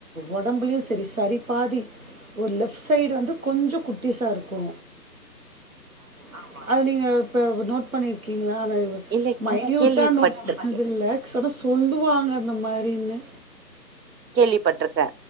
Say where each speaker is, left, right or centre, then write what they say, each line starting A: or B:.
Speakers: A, on the right; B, on the right.
A: ஒடம்புலையு செரி சரி பாதி ஒரு லெஃப்ட் சைடு வந்து கொஞ்சோ குட்டிஸ்சா இருக்கு ஆமா அது நீங்க இப்ப நோட் பண்ணிருக்கீங்ளா நானு
B: இல்ல
A: மைன்யூட்டா
B: கேள்விப்பட்டிருக்கே
A: நோட் பண்ணதுல்ல சொன்னா சொல்லுவாங்க அந்த மாரின்னு
B: கேள்விப்பட்ருக்க